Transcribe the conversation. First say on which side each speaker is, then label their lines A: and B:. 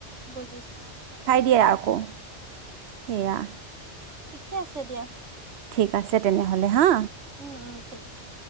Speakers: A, on the right; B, on the right.
A: বুজিছো।
B: দিয়ে আকৌ সেয়া
A: ঠিকে আছে দিয়া।
B: ঠিক আছে তেনেহলে হা।
A: উম - উম ঠিক আছে।